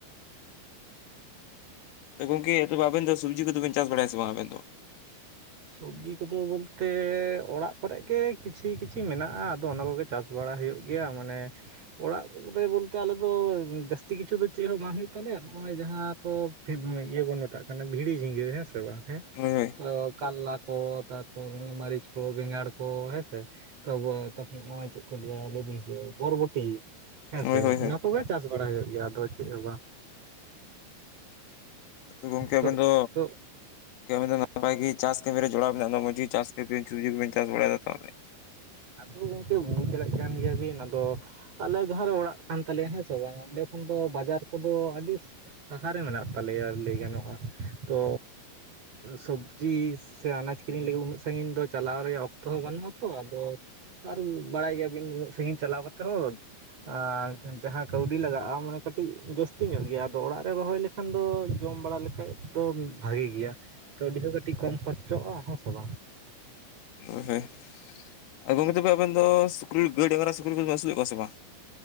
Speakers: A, on the left; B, on the right.
A: ᱛᱚ ᱜᱚᱢᱠᱮ ᱟᱵᱮᱱ ᱫᱚ ᱥᱚᱵᱽᱡᱤ ᱠᱚᱫᱚᱢ ᱪᱟᱥ ᱵᱟᱲᱟ ᱥᱮ ᱵᱟᱝ ᱟᱵᱮᱱ ᱫᱚ
B: ᱥᱚᱵᱽᱡᱤ ᱠᱚᱫᱚ ᱵᱚᱞᱛᱮ ᱚᱲᱟᱜ ᱠᱚᱨᱮ ᱜᱮ ᱠᱤᱪᱷᱤ ᱠᱤᱪᱷᱤ ᱢᱮᱱᱟᱜᱼᱟ ᱟᱫᱚ ᱚᱱᱟ ᱠᱚᱜᱮ ᱪᱟᱥ ᱵᱟᱲᱟ ᱦᱩᱭᱩᱜ ᱜᱮᱭᱟ ᱢᱟᱱᱮ ᱚᱲᱟᱜ ᱨᱮ ᱵᱚᱞᱛᱮ ᱟᱞᱮ ᱫᱚ ᱡᱟᱹᱥᱛᱤ ᱠᱤᱪᱷᱩ ᱫᱚ ᱪᱮᱫ ᱦᱚᱸ ᱵᱟᱝ ᱦᱩᱭᱩᱜ ᱛᱟᱞᱮᱭᱟ ᱱᱚᱜᱼᱚᱭ ᱡᱟᱦᱟᱸ ᱠᱚ ᱤᱭᱟᱹ ᱵᱚᱱ ᱢᱮᱛᱟᱜ ᱠᱟᱱᱟ ᱵᱷᱤᱲᱤ ᱡᱷᱤᱸᱜᱟᱹ ᱦᱮᱸ ᱥᱮ ᱵᱟᱝ ᱦᱮᱸ
A: ᱦᱳᱭ ᱦᱳᱭ
B: ᱛᱚ ᱠᱟᱨᱞᱟ ᱠᱚ ᱛᱟᱨᱯᱚᱨ ᱮ ᱢᱟᱹᱨᱤᱪ ᱠᱚ ᱵᱮᱸᱜᱟᱲ ᱠᱚ ᱦᱮᱸ ᱥᱮ ᱛᱚ ᱟᱵᱚ ᱱᱚᱭ ᱪᱮᱫ ᱠᱚ ᱞᱟᱹᱭᱟ ᱞᱟᱹᱭᱵᱤᱱ ᱥᱮ ᱵᱚᱨᱵᱚᱴᱤ ᱦᱮᱸᱥᱮ
A: ᱦᱳᱭ ᱦᱳᱭ
B: ᱚᱱᱟ
A: ᱦᱳᱭ
B: ᱠᱚᱜᱮ ᱪᱟᱥ ᱵᱟᱲᱟ ᱦᱩᱭᱩᱜ ᱜᱮᱭᱟ ᱟᱫᱚ ᱪᱮᱫ ᱦᱚᱸ ᱵᱟᱝ᱾
A: ᱜᱚᱢᱠᱮ ᱟᱵᱮᱱ
B: ᱛᱚ
A: ᱫᱚ
B: ᱛᱚ
A: ᱠᱟᱹᱢᱤ ᱫᱚ ᱱᱟᱯᱟᱭ ᱜᱮ ᱪᱟᱥ ᱠᱟᱹᱢᱤ ᱨᱮ ᱡᱚᱲᱟᱣ ᱢᱮᱱᱟᱜᱼᱟ ᱢᱚᱡᱽ ᱜᱮ ᱪᱟᱥ ᱥᱚᱵᱡᱤ ᱠᱚᱵᱤᱱ ᱪᱟᱥ ᱵᱟᱲᱟᱭᱮᱫᱟ ᱛᱚ ᱛᱟᱦᱚᱞᱮ
B: ᱚ ᱜᱚᱝᱠᱮ ᱵᱩᱡᱽ ᱫᱟᱲᱮᱭᱟᱜ ᱠᱟᱱ ᱜᱮᱭᱟᱵᱤᱱ ᱟᱫᱚ ᱟᱞᱮ ᱡᱟᱦᱟᱸᱨᱮ ᱚᱲᱟᱜ ᱠᱟᱱ ᱛᱟᱞᱮᱭᱟ ᱦᱮᱸ ᱥᱮ ᱵᱟᱝ ᱚᱸᱰᱮ ᱠᱷᱚᱱ ᱫᱚ ᱵᱟᱡᱟᱨ ᱠᱚᱫᱚ ᱟᱹᱰᱤ ᱥᱟᱦᱟ ᱨᱮ ᱢᱮᱱᱟᱜ ᱛᱟᱞᱮᱭᱟ ᱞᱟᱹᱭ ᱜᱟᱱᱚᱜᱼᱟ ᱛᱚ ᱥᱚᱵᱽᱡᱤ ᱥᱮ ᱟᱱᱟᱡᱽ ᱠᱤᱨᱤᱧ ᱞᱟᱹᱜᱤᱫ ᱩᱱᱟᱹᱜ ᱥᱟᱺᱜᱤᱧ ᱫᱚ ᱪᱟᱞᱟᱣ ᱨᱮᱭᱟᱜ ᱚᱠᱛᱚ ᱦᱚᱸ ᱜᱟᱱᱩᱜᱼᱟ ᱛᱚ ᱟᱫᱚ ᱟᱨ ᱵᱟᱲᱟᱭ ᱜᱮᱭᱟᱵᱤᱱ ᱩᱱᱟᱜ ᱥᱟᱺᱜᱤᱧ ᱪᱟᱞᱟᱣ ᱠᱟᱛᱮ ᱦᱚᱸ ᱟᱨ ᱡᱟᱦᱟᱸ ᱠᱟᱹᱣᱰᱤ ᱞᱟᱜᱟᱜᱼᱟ ᱢᱟᱱᱮ ᱠᱟᱹᱴᱤᱡ ᱡᱟᱹᱥᱛᱤ ᱧᱚᱜ ᱜᱮᱭᱟ ᱟᱫᱚ ᱚᱲᱟᱜ ᱨᱮ ᱨᱚᱦᱚᱭ ᱞᱮ ᱠᱷᱟᱱ ᱫᱚ ᱡᱚᱢ ᱵᱟᱲᱟ ᱞᱮᱠᱷᱟᱡ ᱫᱚ ᱵᱷᱟᱜᱤ ᱜᱮᱭᱟ ᱠᱟᱹᱣᱰᱤ ᱦᱚ ᱟᱹᱰᱤ ᱠᱚᱢ ᱠᱷᱚᱨᱪᱚᱜᱼᱟ ᱦᱮᱸ ᱥᱮ ᱵᱟᱝ?
A: ᱦᱳᱭ ᱦᱳᱭ ᱜᱚᱢᱠᱮ ᱛᱚᱵᱮ ᱟᱵᱮᱱ ᱫᱚ ᱥᱩᱠᱨᱤ ᱜᱟᱹᱭ ᱰᱟᱝᱨᱟ ᱥᱩᱠᱨᱤ ᱠᱚᱵᱮᱱ ᱟᱹᱥᱩᱞᱮᱫ ᱠᱚᱣᱟ ᱥᱮ ᱵᱟᱝ?